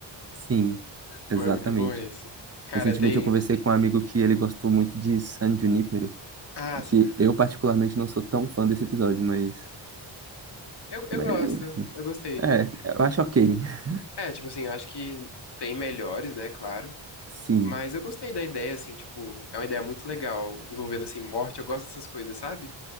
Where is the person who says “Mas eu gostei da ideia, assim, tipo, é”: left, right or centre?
Left